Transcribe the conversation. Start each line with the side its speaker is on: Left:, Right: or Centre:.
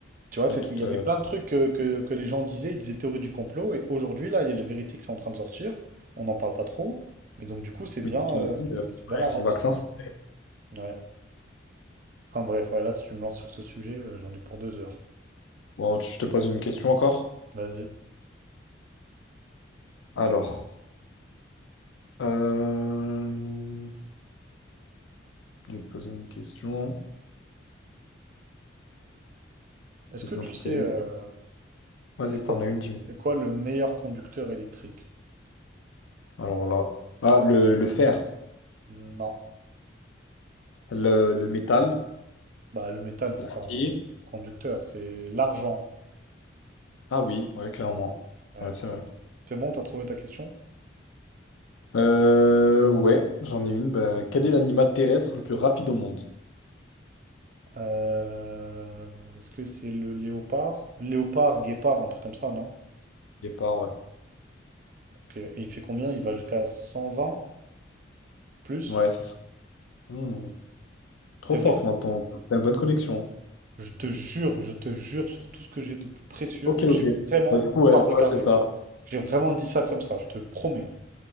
Right: Tu vois,
Left: Il
Right: c'était,
Left: y a tout.
Right: il y avait
Left: euh,
Right: plein de trucs euh, que, que les gens disaient, ils disaient théorie du complot, et aujourd'hui, là, il y a les vérités qui sont en train de sortir. On n'en parle pas trop. Mais donc, du coup, c'est bien,
Left: Mais qui
Right: euh,
Left: l'ont dit, euh,
Right: c'est c'est bien
Left: ouais,
Right: la
Left: avec
Right: réalité.
Left: les vaccins, c'est vrai.
Right: Ouais. Enfin bref, voilà, si tu me lances sur ce sujet, euh, j'en ai pour deux heures.
Left: Bon, je te pose une question encore.
Right: Vas-y.
Left: Alors, euh, je vais te poser une question.
Right: Est-ce
Left: J'essaie
Right: que tu
Left: d'en trouver
Right: sais, euh,
Left: une.
Right: c'est
Left: Vas-y, si
Right: quoi,
Left: t'en as une, dis-moi.
Right: c'est quoi le meilleur conducteur électrique?
Left: Alors là. Ah, le, le fer,
Right: Non.
Left: le, le métal.
Right: Bah, le métal, c'est
Left: L'acier.
Right: pas un conducteur, c'est l'argent.
Left: Ah oui, ouais, clairement.
Right: Ouais.
Left: Ouais, c'est vrai.
Right: C'est bon, t'as trouvé ta question?
Left: Euh, ouais, j'en ai une. Bah, quel est l'animal terrestre le plus rapide au monde?
Right: Euh, est-ce que c'est le léopard? Léopard, guépard, un truc comme ça, non?
Left: Guépard, ouais.
Right: Ok. Et il fait combien? Il va jusqu'à 120 plus?
Left: Ouais, c'est ça. Hmm, Trop
Right: C'est
Left: fort,
Right: vrai?
Left: enfin, ton- t'as une bonne connexion.
Right: Je te jure, je te jure sur tout ce que j'ai de plus précieux
Left: Ok,
Right: que
Left: ok.
Right: j'ai vraiment
Left: Bah, du coup, ouais,
Right: pas
Left: ouais,
Right: regardé.
Left: ouais, c'est ça.
Right: J'ai vraiment dit ça comme ça, je te promets.